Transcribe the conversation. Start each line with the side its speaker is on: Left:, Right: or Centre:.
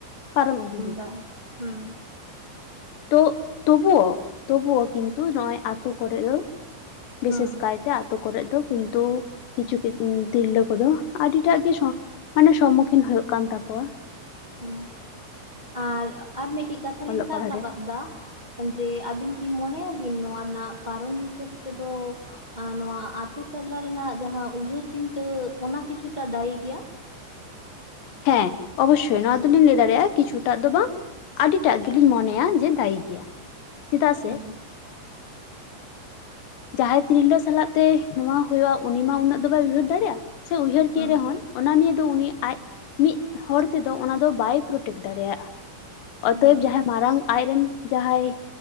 Left: ᱯᱟᱨᱚᱢ ᱤᱫᱤᱭᱮᱫᱟ
Right: ᱫᱟ ᱦᱩᱸ
Left: ᱾ ᱛᱳ ᱛᱚᱵᱩᱳ ᱛᱚᱵᱩᱳ ᱠᱤᱱᱛᱩ ᱱᱚᱸᱜᱼᱚᱭ ᱟᱛᱩ ᱠᱚᱨᱮᱜ ᱫᱚ ᱵᱤᱥᱮᱥ
Right: ᱦᱩᱸ
Left: ᱠᱟᱭᱛᱮ ᱟᱛᱳ ᱠᱚᱨᱮᱫ ᱫᱚ ᱠᱤᱱᱛᱩ ᱠᱤᱪᱷᱩ ᱛᱤᱨᱞᱟᱹ ᱠᱚᱫᱚ ᱟᱹᱰᱤ ᱮᱴᱟᱜ ᱠᱤᱪᱷᱩ ᱢᱟᱱᱮ ᱥᱚᱢᱢᱩᱠᱷᱤᱱ ᱦᱩᱭᱩᱜ ᱠᱟᱱ ᱛᱟᱠᱚᱣᱟ ᱾
Right: ᱦᱩᱸ ᱟᱨ, ᱟᱨ ᱢᱤᱫᱴᱤᱡ ᱠᱟᱛᱷᱟ ᱞᱤᱧ
Left: ᱚᱞᱚᱜ
Right: ᱥᱟᱵ
Left: ᱯᱟᱲᱦᱟᱜ
Right: ᱨᱟᱠᱟᱵ
Left: ᱨᱮ
Right: ᱫᱟ ᱡᱮ ᱟᱹᱵᱤᱱ ᱠᱤ ᱢᱚᱱᱮᱭ ᱟᱵᱤᱱ ᱱᱚᱣᱟ ᱨᱮᱱᱟᱜ ᱠᱟᱨᱚᱱ ᱦᱤᱥᱟᱹᱵ ᱛᱮᱫᱚ ᱟᱨ ᱱᱚᱣᱟ ᱟᱛᱩ ᱴᱚᱞᱟ ᱨᱮᱱᱟᱜ ᱡᱟᱦᱟᱸ ᱩᱭᱦᱟᱹᱨ ᱪᱤᱱᱛᱟᱹ ᱚᱱᱟ ᱠᱤᱪᱷᱩᱴᱟ ᱫᱟᱭᱤ ᱜᱮᱭᱟ?
Left: ᱦᱮᱸ ᱚᱵᱚᱥᱥᱳᱭ ᱱᱚᱣᱟ ᱫᱚᱞᱤᱧ ᱞᱟᱹᱭ ᱫᱟᱲᱮᱭᱟᱜᱼᱟ ᱠᱤᱪᱷᱩᱴᱟᱜ ᱫᱚ ᱵᱟᱝ ᱟᱹᱰᱤᱴᱟᱜ ᱜᱮᱞᱤᱧ ᱢᱚᱱᱮᱭᱟ ᱡᱮ ᱫᱟᱹᱭᱤ ᱜᱮᱭᱟ ᱪᱮᱫᱟᱜ
Right: ᱦᱩᱸ
Left: ᱥᱮ ᱡᱟᱦᱟᱸᱭ ᱛᱤᱨᱞᱟᱹ ᱥᱟᱞᱟᱜ ᱛᱮ ᱱᱚᱣᱟ ᱦᱳᱭᱳᱜᱼᱟ ᱩᱱᱤ ᱢᱟ ᱩᱱᱟᱹᱜ ᱫᱚ ᱵᱟᱭ ᱩᱭᱦᱟᱹᱨ ᱫᱟᱲᱮᱭᱟᱜᱼᱟ ᱾ ᱥᱮ ᱩᱭᱦᱟᱹᱨ
Right: ᱦᱩᱸ
Left: ᱠᱮ ᱨᱮᱦᱚᱸᱭ ᱚᱱᱟ ᱱᱤᱭᱮ ᱫᱚ ᱩᱱᱤ ᱟᱡ ᱢᱤᱫ ᱦᱚᱲ ᱛᱮᱫᱚ ᱚᱱᱟ ᱫᱚ ᱵᱟᱭ ᱯᱨᱚᱴᱮᱠ ᱫᱟᱲᱮᱭᱟᱜᱼᱟ ᱚᱛᱚᱭᱮᱵ
Right: ᱦᱩᱸ
Left: ᱡᱟᱦᱟᱸᱭ ᱢᱟᱨᱟᱝ ᱟᱡᱨᱮᱱ ᱡᱟᱦᱟᱸᱭ